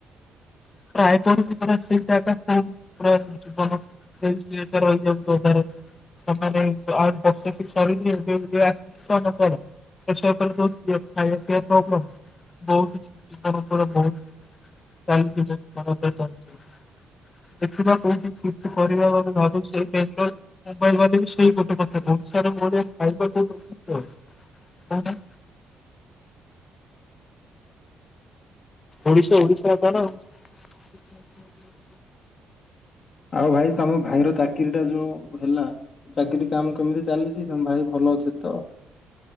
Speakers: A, on the left; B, on the left.
A: ରାୟପୁରପ <inaudible> <unintelligible> ରହିଯାଉଚି ଅଧାରୁ। <inaudible> <inaudible> <unintelligible> <unintelligible> ଦେଖିବା କୋଉଠି ସିଫ୍ଟ କରିବା କଥା ଭାବୁଚି ସେଇ ଟେନସନ୍। ମୋବାଇଲ ବାଲା ବି ସେଇ ଗୋଟେ କଥା କୋହୁଚି। ସାର୍ ମୋ ଏଇ ଖାଇବା <unintelligible> କୋହୁନ। ଓଡିଶ ଓଡିଶାର
B: ଆଉ
A: କୋହୁନ। <unintelligible> <inaudible>
B: ଆଉ ଭାଇ ତମ ଭାଇର ଚାକିରିଟା ଯୋଉ ହେଲା। ଚାକିରି କାମ କେମିତି ଚାଲିଚି। ତମ ଭାଇ ଭଲ ଅଛି ତ?